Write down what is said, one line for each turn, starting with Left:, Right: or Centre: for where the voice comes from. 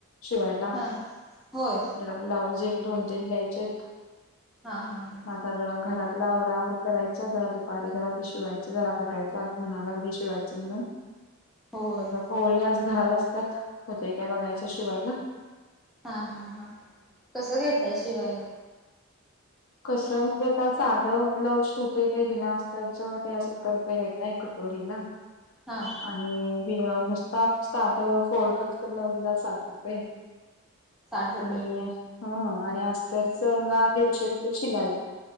Left: शिवायला
Centre: हा होय
Left: जरा ब्लाऊज एक दोन-तीन द्यायचे आहेत.
Centre: हा हा ह
Left: मता जरा घरातला आवरावर करायच जराु. दुपारी जरा ते शिवायच जरा बघायं आज म्हणालाग ते शिवायचं म्हणून.
Centre: होय
Left: पोरि आज घरात असतात कत का बघायच्या शिवायला.
Centre: हा हा हा कसं घेताय शिवायला.
Left: कस म्हणजे आता साधं ब्लाऊज होते ते बिना अस्तरच ते सत्तर रुपये दता एकट. ोरीला
Centre: हा
Left: आणि बि साध फोर टेक्स ब्लाउज ला साध रुपे
Centre: साठ रुपये
Left: आणि हा आणि अस्तर चला दीडशे रुपये शिलाय